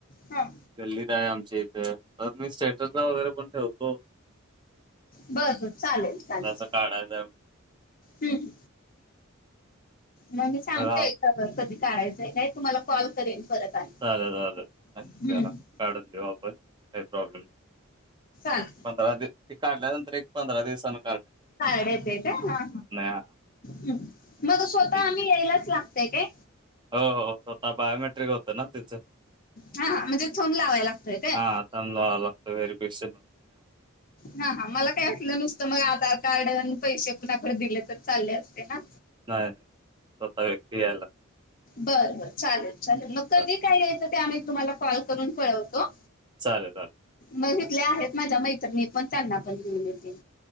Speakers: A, on the left (about 40°); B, on the right (about 20°).
A: हा.
B: दिल्लीत आहे आमच्या इथं तर मी स्टेटसला वगैरे पण ठेवतो.
A: बर बर चालेल चालेलल
B: तसं काढायचं आहे
A: ह. मग मी सांगतेयकार
B: बघा
A: कधी कारायचंय का तुम्हाला कॉल करेन परत. आणि
B: चालेल चालेल नक्की
A: हम्म
B: करा काढून घेऊ आपण काही प्रॉब्लेम.
A: ात.
B: पंधरा दिव ते काढल्यानंतर एक पंधरा दिवसान.
A: काड येतयेत हा हा.
B: हा
A: ह मग स्वतः
B: ठीक
A: आम्ही यायलाच लागतय काय.
B: हो स्वतः बायोमेट्रिक होतं ना तिचं
A: हा हा म्हणजे थंब लावायला लागतोय काय
B: हा. स आला वहेररीफिकेशन.
A: ह हा मला काही असटलं नुसतं मग आधार कार्ड आणि पैसे कोणकडे दिले तर चालले असते ना.
B: नाही नाही स्वतः व्यक्ती यायलागत.
A: बरं बर चालेल चालेल मग
B: लागतं
A: कधी काय यायचं ते आम्ही तुम्हाला कॉल करून कळवतो.
B: चालेल चालेल.
A: मघितल्या आहेत माझ्या मैत्रणी पण त्यांना पण मितील.